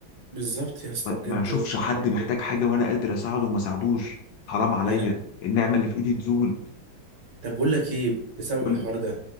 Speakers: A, on the right; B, on the left.
A: بالظبط يا اسطى
B: ما
A: بجد
B: ما اشوفش
A: لو احنا
B: حد
A: هيخربوا
B: محتاج حاجة
A: كده
B: وانا قادر اساعده وما ساعدوش حرام عليا
A: يا لهوي
B: النعمة اللي في ايدي تزول
A: طب بقول لك ايه بسبب
B: كل
A: الحوار ده